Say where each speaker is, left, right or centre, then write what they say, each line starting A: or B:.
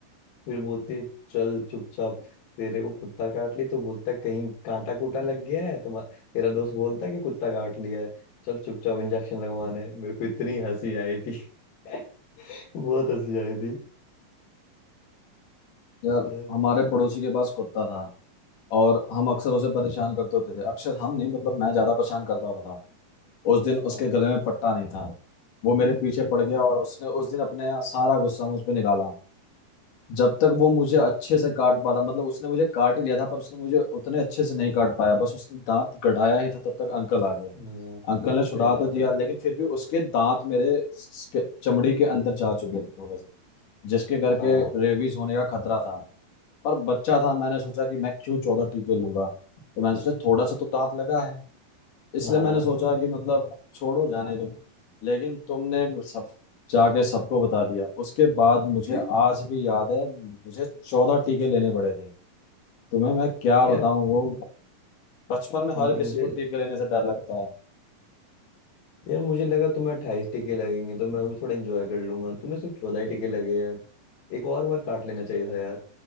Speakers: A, on the left; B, on the left.
A: फिर बोलती है चल चुपचाप तेरे को कुत्ता काट लिया तो बोलता है, कहीं कांटा कूटा लग गया है तुम्हारा तेरा दोस्त बोलता है कि कुत्ता काट लिया है चल चुपचाप इंजेक्शन लगवाने मेरे को इतनी हंसी आई थी <laughs> बहुत हंसी आई थी
B: यार
A: यार
B: हमारे पड़ोसी के पास कुत्ता था और हम अक्सर उसे परेशान करते होते थे अक्सर हम नहीं मतलब मैं ज्यादा परेशान करता होता था उस दिन
A: हाँ
B: उसके गले में पट्टा नहीं था वो मेरे पीछे पड़ गया और उसने उस दिन अपने सारा गुस्सा मुझ पे निकाला जब तक वो मुझे अच्छे से काट पाता मतलब उसने मुझे काट ही लिया था पर उसने मुझे उतने अच्छे से नहीं काट पाया बस उसने दांत गड़ाया ही था तब तक अंकल आ गए
A: हाँ,
B: अंकल ने
A: सही
B: छुड़ा
A: बात
B: तो दिया
A: है
B: लेकिन फिर भी उसके दांत मेरे स्क- चमड़ी के अंदर जा चुके थे जिसके करके
A: हाँ
B: रेबीज होने का खतरा था पर बच्चा था मैंने सोचा कि मैं क्यों चौदह टीके लूंगा तो मैंने सोचा थोड़ा सा तो दांत लगा है इसलिए
A: हाँ
B: मैंने सोचा कि मतलब छोड़ो जाने दो लेकिन तुमने सब जाके सबको बता दिया उसके बाद मुझे
A: <laughs>
B: आज भी याद है मुझे चौदह टीके लेने पड़े थे तुम्हें मैं क्या
A: यार
B: बताऊं वो बचपन में
A: मु-
B: हर किसी
A: मुझे
B: को टीके लेने से डर लगता है
A: यार मुझे लगा तुम्हें अट्ठाईस टिके लगेंगे तो मैं भी थोड़ा एंजॉय कर लूंगा तुम्हें सिर्फ चौदह ही टिके लगे यार एक और बार काट लेना चाहिए था यार